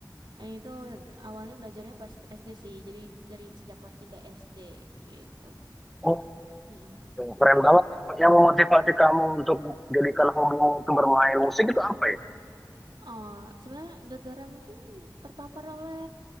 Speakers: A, on the right (about 80°); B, in the centre.
A: Eh, Itu awalnya belajarnya pas SD sih, jadi dari sejak kelas 3 SD gitu.
B: Oh,
A: Mm-mm.
B: keren banget ya. Yang memotivasi kamu untuk jadikan hobimu itu bermain musik itu apa ya?
A: Oh, sebenarnya gara-gara mungkin terpapar oleh